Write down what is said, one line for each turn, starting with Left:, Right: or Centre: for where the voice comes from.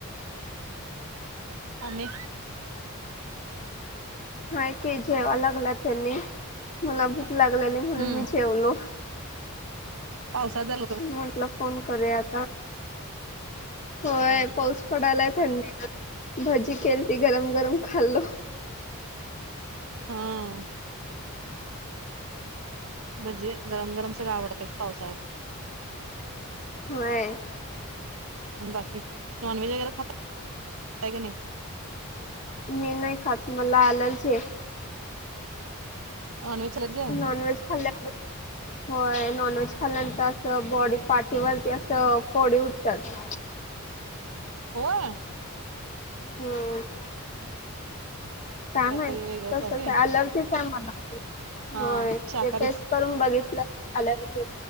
Right: आणि
Left: हा की जेवा लागला त्यांनी मला भूक लागलेली म्हणून
Right: हम्म
Left: मी जेवलो.
Right: पावसात झालं
Left: म्हटलं फोन करूया आता. होय
Right: हा
Left: पाऊस पडायलाय. थंडी ना भजी खेलती गरम गरम खाल्लो.
Right: हा. म्हणजे गरम गरम सगळं आवडत पावसाळ्यात.
Left: होय.
Right: बाकी नॉनव्हेज वगैर खाता की नाही.
Left: मी नाही खात मला एलर्जी आहे.
Right: नॉनव्हेज
Left: नॉनव्हेज खाल्ल्यावर होय नॉनव्हेज खाल्यानंतर अस बॉडी पाठीवरती अस फोडी उठतात.
Right: होय.
Left: हम्म. काय
Right: काहीतरी
Left: माहिती
Right: वेगळंच
Left: तस
Right: आहे
Left: अलर्जीच आहे मला
Right: हा
Left: होय
Right: शाकाहारीच
Left: ते टेस्ट करून बघितलं झालायत.